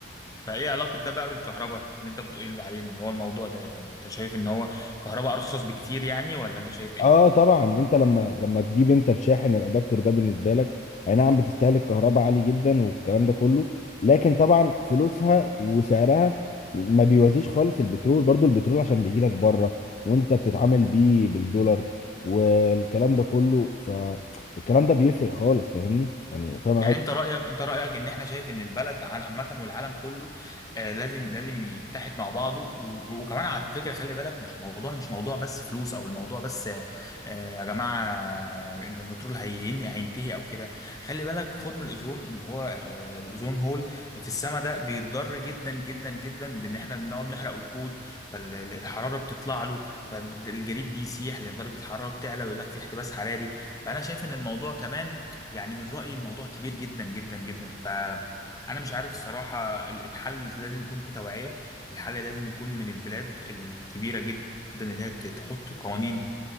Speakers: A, on the left; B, on the left.
A: فايه علاقه ده بقى بالكهرباء اللي انت بتقول عليه اللي هو الموضوع ده يعني انت شايف ان هو كهرباء ارخص بكتير يعني ولا انت شايف ايه
B: اه طبعا انت لما لما تجيب انت الشاحن الادابتور ده بالنسبه لك اي نعم بتستهلك كهرباء عالي جدا والكلام ده كله لكن طبعا فلوسها وسعرها ما بيوازيش خالص البترول برضو البترول عشان بيجي لك بره وانت بتتعامل بيه بالدولار والكلام ده كله فالكلام ده بيفرق خالص فاهمني يعني فاهم
A: يعني انت رايك انت رايك ان احنا شايف ان البلد عل- عامه والعالم كله آه لازم لازم يتحد مع بعضه و- وكمان على فكره خلي بالك مش موضوع مش موضوع بس فلوس او الموضوع بس آه يا جماعه آه، ان البترول هين هينتهي او كده خلي بالك خرم الاوزون اللي هو آه الاوزون هول في السماء ده بيتضر جدا جدا جدا بان احنا بنقعد نحرق وقود فالحراره بتطلع له فالجليد بيسيح لان درجه الحراره بتعلى ويقول لك في احتباس حراري فانا شايف ان الموضوع كمان يعني من رأيي الموضوع كبير جدا جدا جدا فأنا مش عارف الصراحة ال- الحل لازم يكون في توعية الحل لازم يكون من البلاد الكبيرة جدا اللي هي ت- تحط قوانين